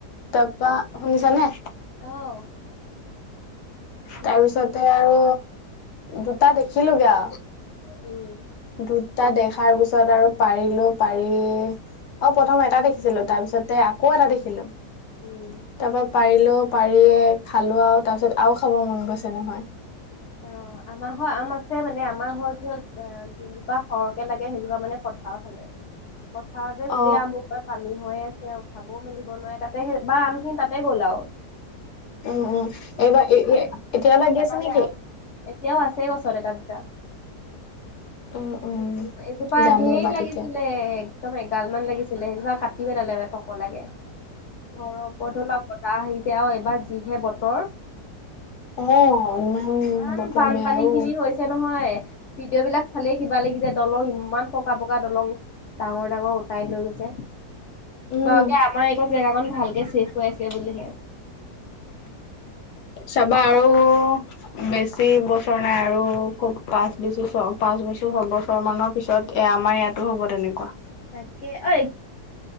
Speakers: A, on the left (about 75°); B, on the left (about 55°).
A: তাৰপা শুনিছা নে?
B: অ', শুনিছোঁ
A: তাৰপিছতে
B: শুনিছোঁ।
A: আৰু দুটা দেখিলোগে আৰু।
B: উম।
A: দুটা দেখাৰ পিছত আৰু পাৰিলো। পাৰি, অ', প্ৰথম এটা দেখিছিলো, তাৰ পিছতে আকৌ এটা দেখিলো। তাৰপা
B: উম।
A: পাৰি লৈ পাৰিয়ে খালো আৰু তাৰ পিছত আৰু খাব মন গৈছে নহয়।
B: অ', আমাৰ ঘৰ আম আছে মানে আমাৰ ঘ-য হল যোনোপা সৰহকে লাগে সেইজোপা মানে পথাৰৰ ফালে, পথাৰতে গোটেই
A: অ
B: আমুৰ পৰা পানী হৈ আছে, উঠাবও মেলিব নোৱাৰে তাতে বা আমখিনি তাতে গ'লাও।
A: উম, উম, এইবাৰ-এতিয়া লাগি আছে নেকি?
B: এতিয়াও আছে গছত এটা, দুটা।
A: উম উম
B: উ, এজোপা
A: যাম
B: ধেৰ
A: ৰ'বা
B: লাগিছিলে।
A: তেতিয়া
B: একদম এগালমান লাগিছিলে সেইজোপা কাটিব পেলালে মানে টপলা কে। অ, ৰ' ওপৰত ধৰি লওক বতাহ আহি যে আৰু এইবাৰ যিহে বতৰ। <inaudible>
A: অ ইমান
B: ইমান
A: বতৰ
B: বানপানী
A: বেয়াও
B: খিনি হৈছে নহয়। নহয় ভিডিঅ' বিলাক চালে কিবা লাগি যায় দলং ইমান পকা পকা দলং ডাঙৰ ডাঙৰ উতাই। উঠাই লৈ গৈছে।
A: উম
B: বাওঁকে আমাৰ এইকন জেগাকন ভালকে চেফ হৈ আছে বুলিহে।
A: চাবা আৰু বেছি বছৰ নাই আৰু খুব। পাঁচ বেছি ছ পাঁচ বছৰ ছয়বছৰ মানৰ পিছত এ আমাৰ ইয়াতো হ'ব তেনেকুৱা।
B: তাকে অই।